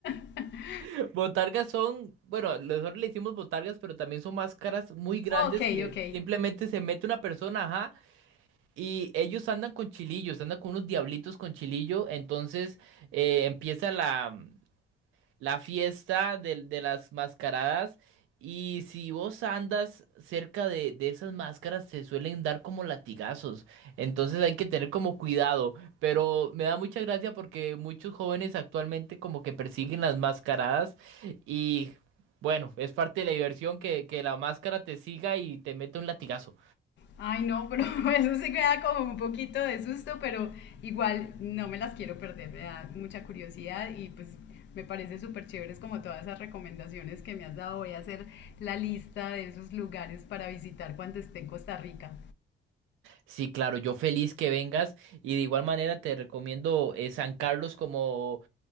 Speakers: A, on the left; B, on the right.
A: <laughs>
B: <laughs> botargas son, bueno, nosotros le decimos botargas, pero también son máscaras muy grandes
A: Ok,
B: que
A: ok.
B: simplemente se mete una persona, ajá, y ellos andan con chilillos, andan con unos diablitos con chilillo. Entonces eh, empieza la, la fiesta de de, las mascaradas. Y si vos andas cerca de, de esas máscaras, se suelen dar como latigazos. Entonces hay que tener como cuidado. Pero me da mucha gracia porque muchos jóvenes actualmente como que persiguen las mascaradas. Y bueno, es parte de la diversión que, que la máscara te siga y te mete un latigazo.
A: Ay, no, pero <laughs> eso se queda como un poquito de susto, pero igual no me las quiero perder, me da mucha curiosidad y pues me parece súper chéveres como todas esas recomendaciones que me has dado. Voy a hacer la lista de esos lugares para visitar cuando esté en Costa Rica.
B: Sí, claro, yo feliz que vengas y de igual manera te recomiendo eh, San Carlos como